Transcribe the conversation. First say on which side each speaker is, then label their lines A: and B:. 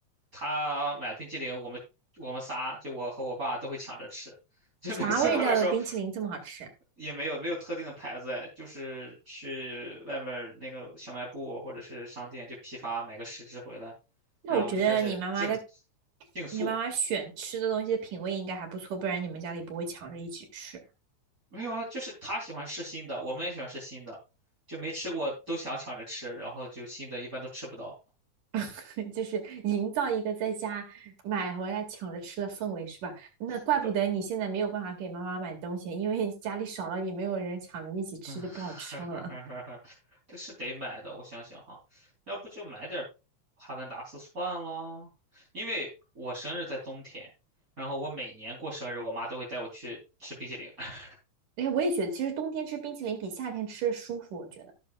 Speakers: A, on the right (about 25°); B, on the right (about 80°).
A: 她买了冰激凌，我们我们仨就我和我爸都会抢着吃，<laughs> 就每次她都说
B: 啥味道的冰淇淋这么好吃？
A: 也没有没有特定的牌子哎就是去外面儿那个小卖部或者是商店就批发买个十只回来，
B: 那我觉得你妈妈的，
A: 然后我们就开始竞竞速，
B: 你妈妈选吃的东西的品味应该还不错，不然你们家里不会抢着一起吃。
A: 没有啊，就是他喜欢吃新的，我们也喜欢吃新的，就没吃过都想抢着吃，然后就新的一般都吃不到。
B: <laughs> 就是营造一个在家买回来抢着吃的氛围，是吧？那怪不得你现在没有办法给妈妈买东西，
A: 是的，
B: 因为家里少了你，没有人抢着一起吃，
A: 嗯，
B: 就不好吃了。
A: <laughs> 这是得买的，我想想哈，要不就买点哈根达斯算了，因为我生日在冬天，然后我每年过生日，我妈都会带我去吃冰淇淋。<laughs>
B: 哎，我也觉得，其实冬天吃冰淇淋比夏天吃舒服，我觉得